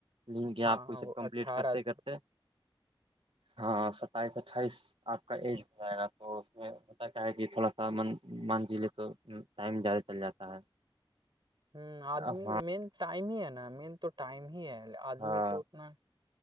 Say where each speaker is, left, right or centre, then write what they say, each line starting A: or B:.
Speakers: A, on the right; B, on the right.
A: لنک گیا
B: ہاں
A: آپ کو یہ
B: وہ
A: سب کمپلیٹ
B: اٹھارہ
A: کرتے کرتے
B: سال
A: ہاں ستائیس اٹھائیس آپ کا ایج ہو جائے گا تو اس میں ہوتا کیا ہے کہ تھوڑا سا من مان جی لے تو ٹائم زیادہ چل جاتا ہے
B: ہ آدمی
A: ہاں
B: مین ٹائم ہی ہے نا مین تو ٹائم ہی ہے آدمی
A: ہاں
B: کو اتنا